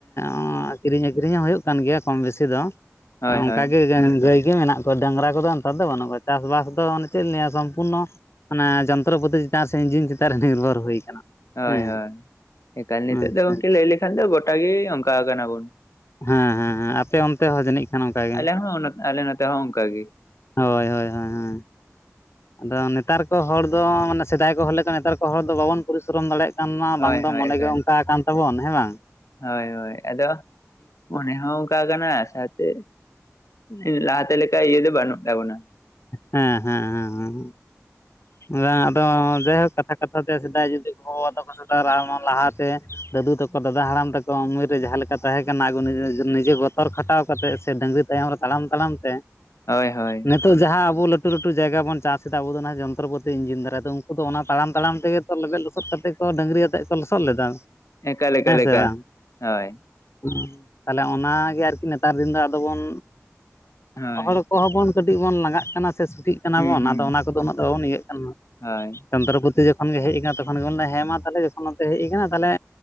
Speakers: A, on the left; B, on the left.
A: ᱚᱸ ᱠᱤᱨᱤᱧ ᱟᱹᱠᱷᱨᱤᱧ ᱦᱚᱸ ᱦᱩᱭᱩᱜ ᱠᱟᱱ ᱜᱮᱭᱟ ᱠᱚᱢ ᱵᱮᱥᱤ ᱫᱚ,
B: ᱦᱳᱭ
A: ᱟᱸ ᱚᱸᱠᱟ
B: ᱦᱳᱭ
A: ᱜᱮ ᱜᱟᱸ ᱜᱟᱹᱭ ᱜᱮ ᱢᱮᱱᱟᱜ ᱠᱚᱣᱟ, ᱰᱟᱺᱜᱽᱨᱟ ᱠᱚᱫᱚ ᱱᱮᱛᱟᱨ ᱫᱚ ᱵᱟᱹᱱᱩᱜ ᱠᱚᱣᱟ, ᱪᱟᱥᱵᱟᱥ ᱫᱚ ᱚᱱᱮ ᱪᱮᱫ ᱞᱤᱧ ᱞᱟᱹᱭᱼᱟ ᱥᱚᱢ- ᱯᱩᱱᱚ ᱢᱟᱱᱮ ᱡᱚᱱᱛᱚᱨᱚ ᱯᱟᱹᱛᱤ ᱪᱮᱛᱟᱱ ᱥᱮ ᱤᱧᱡᱤᱱ ᱪᱮᱛᱟᱱ ᱨᱮ ᱱᱤᱨᱵᱷᱚᱨ ᱦᱩᱭ ᱟᱠᱟᱱᱟ᱾
B: ᱦᱳᱭ
A: ᱦᱮᱸ
B: ᱦᱳᱭ ᱮᱠᱟᱞ, ᱱᱤᱛᱳᱜ
A: ᱟᱪᱪᱷᱟ
B: ᱫᱚ ᱜᱚᱝᱠᱮ ᱞᱟᱹᱭ ᱞᱮᱠᱷᱟᱡ ᱫᱚ ᱜᱚᱴᱟ ᱜᱮ ᱚᱸᱠᱟ ᱦᱟᱠᱟᱱ ᱟᱵᱚᱱ᱾
A: ᱦᱮᱸ ᱦᱮᱸ ᱦᱮᱸ ᱟᱯᱮ ᱚᱱᱛᱮ ᱦᱚᱸ ᱡᱟᱹᱱᱤᱡ ᱠᱷᱟᱱ ᱚᱱᱠᱟ ᱜᱮ?
B: ᱟᱞᱮ ᱦᱚᱸ ᱚᱱᱟ- ᱟᱞᱮ ᱱᱚᱛᱮ ᱦᱚᱸ ᱚᱱᱠᱟ ᱜᱮ
A: ᱦᱳᱭ ᱦᱳᱭ ᱦᱳᱭ ᱦᱳᱸᱭ᱾ ᱟᱫᱚ ᱱᱮᱛᱟᱨ ᱠᱚ ᱦᱚᱲ ᱫᱚ ᱢᱟᱱᱮ ᱥᱮᱫᱟᱭ ᱠᱚ ᱦᱚᱲ ᱞᱮᱠᱟ ᱱᱮᱛᱟᱨ ᱠᱚ ᱦᱚᱲ ᱫᱚ ᱵᱟᱵᱚᱱ ᱯᱚᱨᱤᱥᱚᱨᱚᱢ ᱫᱟᱲᱮᱭᱟᱜ ᱠᱟᱱᱼᱟ
B: ᱦᱳᱭ
A: ᱵᱟᱝ ᱫᱚ
B: ᱦᱳᱭ
A: ᱢᱚᱱᱮ
B: ᱮᱠᱟᱞ
A: ᱜᱮ ᱚᱱᱠᱟ ᱦᱟᱠᱟᱱ ᱛᱟᱵᱚᱱ, ᱦᱮᱸ ᱵᱟᱝ?
B: ᱦᱳᱭ ᱦᱳᱭ ᱟᱫᱚ ᱢᱚᱱᱮ ᱦᱚᱸ ᱚᱸᱠᱟ ᱦᱟᱠᱟᱱᱟ ᱥᱟᱶᱛᱮ ᱤ ᱞᱟᱦᱟᱛᱮ ᱞᱮᱠᱟ ᱤᱭᱟᱹ ᱫᱚ ᱵᱟᱹᱱᱩᱜ ᱛᱟᱵᱚᱱᱟ᱾
A: ᱦᱮᱸ ᱦᱮᱸ ᱦᱮᱸ ᱦᱚᱸ ᱦᱚᱸᱜ᱾ ᱵᱟᱝᱼᱟ, ᱟᱫᱚ ᱡᱟᱭᱦᱳᱠ ᱠᱟᱛᱷᱟ ᱠᱟᱛᱷᱟ ᱛᱮ ᱥᱮᱫᱟᱭ ᱡᱩᱫᱤ ᱜᱚᱼᱵᱟᱵᱟ ᱛᱟᱠᱚ ᱫᱟᱫᱟ ᱨᱟᱦᱟ ᱢᱚᱱ ᱞᱟᱦᱟᱛᱮ ᱫᱟᱹᱫᱩ ᱛᱮᱠᱚ ᱫᱟᱫᱟ ᱦᱟᱲᱟᱢ ᱛᱮᱠᱚ ᱩᱢᱮᱨ ᱨᱮ ᱡᱟᱦᱟᱸ ᱞᱮᱠᱟ ᱛᱟᱦᱮᱸ ᱠᱟᱱᱟ ᱟᱠᱚ ᱱᱤᱡ ᱱᱤᱡᱮ ᱱᱤᱡᱟᱹ ᱠᱚ ᱚᱨ ᱠᱷᱟᱴᱟᱣ ᱠᱟᱛᱮᱜ ᱥᱮ ᱰᱟᱺᱜᱽᱨᱤ ᱛᱟᱭᱚᱢ ᱨᱮ ᱛᱟᱲᱟᱢ ᱛᱟᱲᱟᱢ ᱛᱮ
B: ᱦᱳᱭ ᱦᱳᱭ᱾
A: ᱱᱤᱛᱚᱜ ᱡᱟᱦᱟᱸ ᱟᱵᱚ ᱞᱟᱹᱴᱩ ᱞᱟᱹᱴᱩ ᱡᱟᱭᱜᱟ ᱵᱚᱱ ᱪᱟᱥ ᱮᱫᱟ ᱟᱵᱚ ᱫᱚ ᱡᱟᱢ ᱪᱷᱚᱛᱨᱚᱵᱚᱛᱤ ᱤᱧᱡᱤᱱ ᱫᱟᱨᱟᱭ ᱛᱮ, ᱩᱸᱠᱩ ᱫᱚ ᱚᱱᱟ ᱛᱟᱲᱟᱢ ᱛᱟᱲᱟᱢ ᱛᱮᱜᱮ ᱛᱚ ᱞᱮᱵᱮᱫ ᱞᱚᱥᱚᱫ ᱠᱟᱛᱮ ᱠᱚ ᱰᱟᱺᱜᱽᱨᱤ ᱟᱛᱮᱫ ᱠᱚ ᱠᱚ ᱞᱚᱥᱚᱫ ᱞᱮᱫᱟ
B: ᱮᱠᱟᱞ ᱮᱠᱟᱞ
A: ᱦᱮᱸ ᱥᱮ
B: ᱮᱠᱟᱞ
A: ᱵᱟᱝ?
B: ᱦᱳᱭ
A: ᱦᱮᱸ ᱛᱟᱦᱚᱞᱮ ᱚᱱᱟ ᱜᱮ ᱟᱨᱠᱤ ᱱᱮᱛᱟᱨ ᱫᱤᱱ ᱫᱚ ᱟᱫᱚ ᱵᱚᱱ
B: ᱦᱳᱭ
A: ᱦᱚᱸ ᱦᱚᱲ ᱠᱚᱦᱚᱸ ᱵᱚᱱ ᱠᱟᱹᱴᱤᱡ ᱵᱚᱱ ᱞᱟᱸᱜᱟᱜ ᱠᱟᱱᱟ, ᱥᱮ ᱥᱩᱠᱷᱤᱜ ᱠᱟᱱᱟ
B: ᱦᱩᱸ
A: ᱵᱚᱱ
B: ᱦᱩᱸ
A: ᱟᱫᱚ ᱚᱱᱟ ᱠᱚᱫᱚ ᱩᱱᱟᱹᱜ ᱵᱟᱵᱚᱱ ᱤᱭᱟᱹᱜ ᱠᱟᱱᱟ᱾
B: ᱦᱳᱭ᱾
A: ᱪᱚᱱᱫᱨᱚᱯᱚᱛᱤ ᱡᱚᱠᱷᱚᱱ ᱜᱮ ᱦᱮᱡ ᱟᱠᱟᱱᱟ ᱛᱚᱠᱷᱚᱱ ᱜᱮ ᱵᱚᱱ ᱞᱟᱹᱭᱟ, ᱦᱮᱸ ᱢᱟ ᱛᱟᱦᱮᱞᱮ ᱡᱚᱠᱷᱚᱱ ᱱᱚᱛᱮ ᱦᱮᱡ ᱟᱠᱟᱱᱟ ᱛᱟᱦᱮᱞᱮ